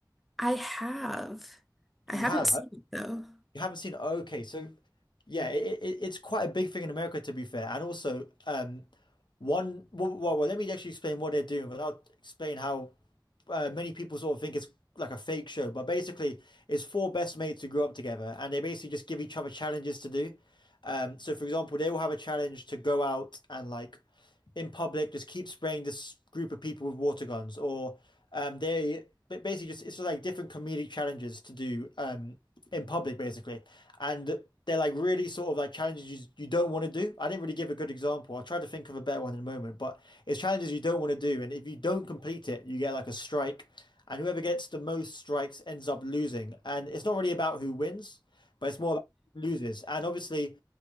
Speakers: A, in the centre; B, on the left.
A: I have. I
B: You
A: haven't
B: have.
A: seen
B: I-
A: it though.
B: You haven't seen? Okay, so yeah, it, it, it's quite a big thing in America to be fair. And also, um, one well, well, well, let me actually explain what they're doing, but I'll explain how uh, many people sort of think it's like a fake show, but basically it's four best mates who grew up together and they basically just give each other challenges to do. Um, so for example, they will have a challenge to go out and like in public just keep spraying this group of people with water guns, or um, they but basically just it's just like different comedic challenges to do um, in public basically, and they're like really sort of like challenges you, you don't want to do. I didn't really give a good example. I'll try to think of a better one in a moment, but it's challenges you don't want to do, and if you don't complete it, you get like a strike. And whoever gets the most strikes ends up losing. And it's not really about who wins, but it's more about who loses. And obviously,